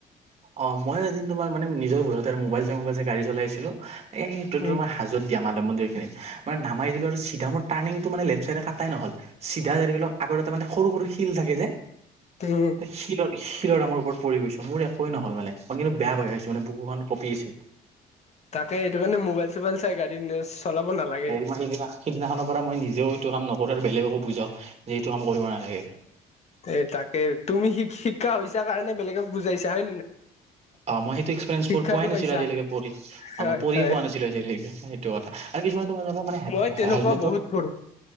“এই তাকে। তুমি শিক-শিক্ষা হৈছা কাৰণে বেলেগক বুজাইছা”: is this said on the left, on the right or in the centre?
Left